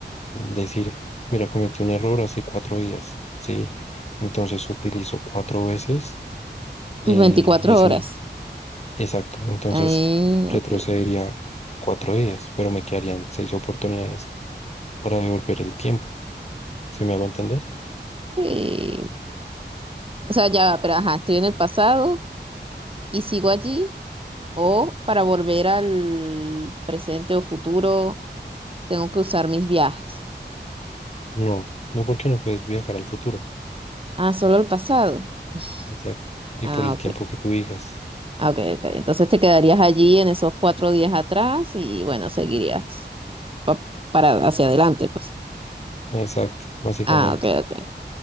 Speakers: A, on the left; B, on the right.
A: decir, mira, cometí un error hace cuatro días, ¿sí? Entonces utilizo cuatro veces eh,
B: tus 24
A: ese,
B: horas.
A: Exacto, entonces
B: Ahí,
A: retrocedería
B: ok.
A: cuatro días, pero me quedarían seis oportunidades para devolver el tiempo. ¿Se me hago entender?
B: Sí. O sea, ya, va, pero ajá, estoy en el pasado y sigo allí. O para volver al presente o futuro, tengo que usar mis viajes.
A: No, no porque no puedes viajar al futuro.
B: Ah, solo el pasado. Ij,
A: Exacto. Y
B: Ah,
A: por el
B: ok.
A: tiempo que tú digas.
B: Ah, Ok, ok. Entonces te quedarías allí en esos cuatro días atrás y bueno, seguirías pa- para hacia adelante, pues.
A: Exacto, básicamente.
B: Ah, ok, ok.